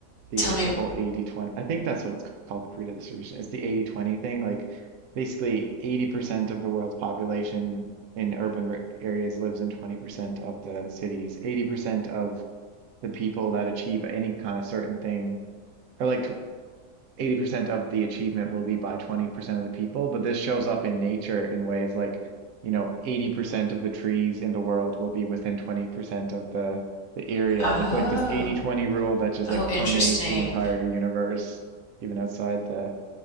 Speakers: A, on the right (about 80°); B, on the left (about 75°).
A: the
B: Tell
A: eight,
B: me,
A: the whole eighty twenty I think that's what it's called, the Pareto distribution. It's the eighty twenty thing. Like basically 80% of the world's population in urban r areas lives in 20% of the cities. 80% of the people that achieve any kind of certain thing or like 80% of the achievement will be by 20% of the people, but this shows up in nature in ways like, you know, 80% of the trees in the world will be within 20% of the the area.
B: oh.
A: And it's like this 80-20 rule that just
B: Oh,
A: like
B: interesting.
A: permeates the entire universe, even outside the